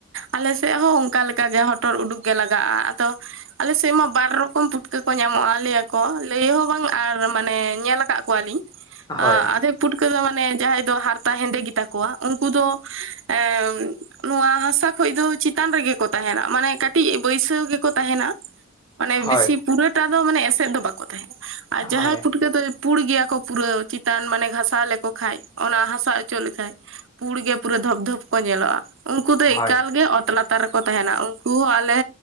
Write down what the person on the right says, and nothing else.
ᱟᱞᱮ ᱥᱮᱫ ᱦᱚᱸ ᱚᱱᱠᱟ ᱞᱮᱠᱟ ᱜᱮ ᱦᱚᱴᱚᱨ ᱩᱰᱩᱠ ᱜᱮ ᱞᱟᱜᱟᱜᱼᱟ ᱟᱫᱚᱼᱼ ᱟᱞᱮ ᱥᱮᱫ ᱢᱟ ᱵᱟᱨ ᱨᱚᱠᱚᱢ ᱯᱩᱴᱠᱟᱹ ᱠᱚ ᱧᱟᱢᱚᱜᱼᱟ ᱞᱟᱹᱭᱟ ᱠᱚ ᱞᱟᱹᱭ ᱦᱚᱸ ᱵᱟᱝ ᱟᱨ ᱢᱟᱱᱮ ᱧᱮᱞ ᱟᱠᱟᱫ ᱠᱚᱣᱟ ᱞᱤᱧ ᱟ
ᱟᱫᱮᱼᱼ ᱯᱩᱴᱠᱟᱹ ᱫᱚ ᱢᱟᱱᱮ ᱡᱟᱦᱟᱸᱭ ᱫᱚ ᱦᱟᱨᱛᱟ ᱦᱮᱸᱫᱮᱸ ᱜᱮᱛᱟ ᱠᱚᱣᱟ ᱩᱱᱠᱩ ᱫᱚ ᱮᱸᱻ ᱱᱚᱣᱟ ᱦᱟᱥᱟ ᱠᱷᱚᱡ ᱫᱚ ᱪᱮᱛᱟᱱ ᱨᱮᱜᱮ ᱠᱚ ᱛᱟᱦᱮᱱᱟ ᱢᱟᱱᱮ ᱠᱟᱹᱴᱤᱡ ᱵᱟᱹᱭᱥᱟᱹᱣ ᱜᱮ ᱠᱚ ᱛᱟᱦᱮᱱᱟ ᱢᱟᱱᱮ
ᱵᱮᱥᱤ ᱯᱩᱨᱟᱹᱴᱟ ᱫᱚ ᱢᱟᱱᱮ ᱮᱥᱮᱫ ᱫᱚ ᱵᱟᱠᱚ ᱛᱟᱦᱮᱱᱟ ᱟᱨ ᱡᱟᱦᱟᱸᱭ
ᱯᱷᱩᱴᱠᱟᱹ ᱫᱚᱼᱼ ᱯᱩᱲ ᱜᱮᱭᱟ ᱠᱚ ᱯᱩᱨᱟᱹᱣ ᱪᱮᱛᱟᱱ ᱢᱟᱱᱮ ᱜᱷᱟᱥᱟᱣ ᱞᱮᱠᱚ ᱠᱷᱟᱡ ᱚᱱᱟ ᱦᱟᱥᱟ ᱚᱪᱚᱜ ᱞᱮᱠᱷᱟᱡ ᱯᱩᱲ ᱜᱮ ᱯᱩᱨᱟᱹ ᱫᱷᱚᱯᱫᱷᱚᱯ ᱠᱚ ᱧᱮᱞᱚᱜᱼᱟ ᱩᱱᱠᱩ ᱫᱚ
ᱮᱠᱟᱞ ᱜᱮ ᱚᱛ‌ ᱞᱟᱛᱼᱼ <unintelligible> ᱨᱮᱠᱚ ᱛᱟᱦᱮᱱᱟ ᱩᱱᱠᱩ ᱦᱚᱸ ᱟᱞᱮᱼᱼ